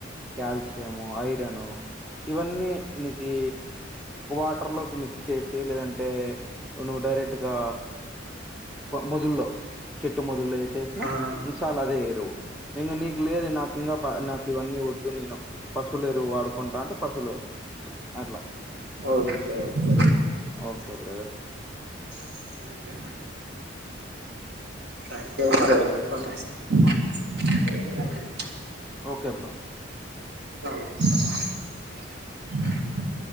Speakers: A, in the centre; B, on the right.
A: calcium, iron ఇవన్నీ నీకు వాటర్ లో మిక్స్ చేసి లేదంటే నువ్వు డైరెక్ట్గా మదుల్లో చెట్టు మ వసేసినా
B: ఆ
A: చాల అదే ఎరువు ఇంకా నీకు లేదు. నాకు ఇంకా నాకు ఇవన్నీ వద్దు. నేను పశువులు ఎరువు వాడుకుంటా అంటే పశువులు అట్లా
B: ఓకే ఓకే
A: ఓకే ప్రజ అ <unintelligible>
B: అహో <unintelligible> థాంక్యూ మ ష <unintelligible>
A: ఓకే బ్రో
B: ఆ <unintelligible>